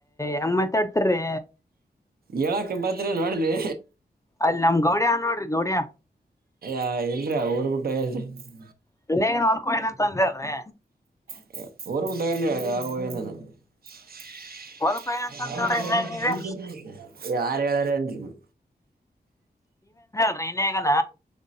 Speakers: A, on the left (about 20°); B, on the right (about 65°).
A: ಹೆಂಗ್ ಮಾತಾಡ್ತರಿ
B: ಹೇಳಕ್ಕ್ ಬದ್ರೆ <unintelligible>
A: ಅಲ್ ನಮ್ ಗೌಡ್ಯ ನೋಡ್ರಿ ಗೌಡ್ಯ
B: ಅ ಇಲ್ರ ಊರ್ಬಿಟ್ಟ್ <unintelligible>
A: <unintelligible> ಅಂದ ಹೇಳ್ರಿ
B: <unintelligible> <unintelligible>
A: ಹೊಲಕ್ ಹೋಗ್ಯಾನ ಅಂತ ಅಂದ್ರಿ ಹೇಳ್ರಿ ಇನ್ಯಾಗ ನೀವೇ
B: ಯಾರ್ ಹೇಳಾರ <unintelligible>
A: <unintelligible> ಹೇಗನ